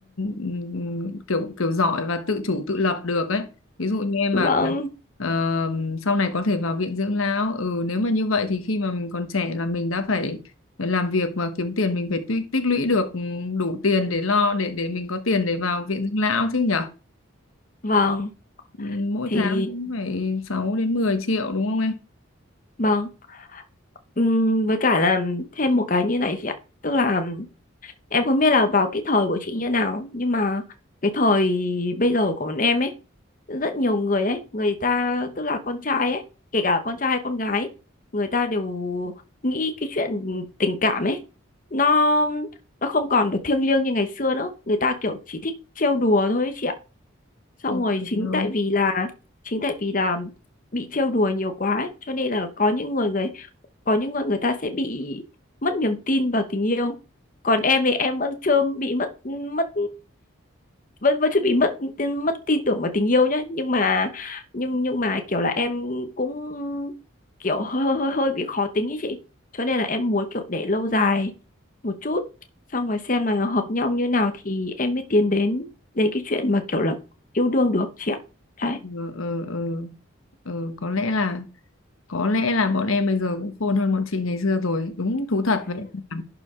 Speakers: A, on the left; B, on the left.
A: ừm, kiểu kiểu giỏi và tự chủ tự lập được ấy. Ví dụ như em
B: vâng
A: bảo là ờ, sau này có thể vào viện dưỡng lão. Ừ nếu mà như vậy thì khi mà mình còn trẻ là mình đã phải phải làm việc và kiếm tiền mình phải tích tích lũy được ừm, đủ tiền để lo để để mình có tiền để vào viện dưỡng lão chứ nhở.
B: vâng
A: Ừm, Mỗi
B: thì
A: tháng cũng phải 6 đến 10 triệu đúng không em?
B: vâng Ừm, với cả là thêm một cái như này chị ạ tức là em không biết là vào cái thời của chị như nào nhưng mà cái thời bây giờ của bọn em ấy rất nhiều người ấy người ta tức là con trai ấy kể cả con trai hay con gái người ta đều nghĩ cái chuyện tình cảm ấy nó nó không còn được thiêng liêng như ngày xưa nữa người ta kiểu chỉ thích trêu đùa thôi ấy chị ạ xong
A: Ôi
B: rồi
A: trời
B: chính
A: ơi.
B: tại vì là chính tại vì là bị trêu đùa nhiều quá ấy, cho nên là có những người người có những người người ta sẽ bị mất niềm tin vào tình yêu còn em thì em vẫn chưa bị mất mất vẫn vẫn chưa bị mất tin- mất tin tưởng vào tình yêu nhá nhưng mà nhưng nhưng mà kiểu là em cũng kiểu hơi hơi hơi hơi bị khó tính ý chị cho nên là em muốn kiểu để lâu dài một chút xong rồi xem là hợp nhau như nào thì em mới tiến đến đến cái chuyện mà kiểu là yêu đương được chị ạ đấy
A: Ừ, ừ, ừ. Ừ, có lẽ là Có lẽ là bọn em bây giờ cũng khôn hơn bọn chị ngày xưa rồi. Đúng thú thật với em. là-